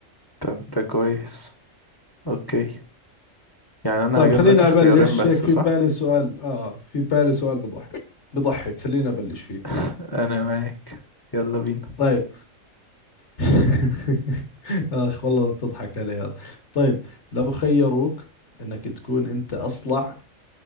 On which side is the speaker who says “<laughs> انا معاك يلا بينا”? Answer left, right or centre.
Left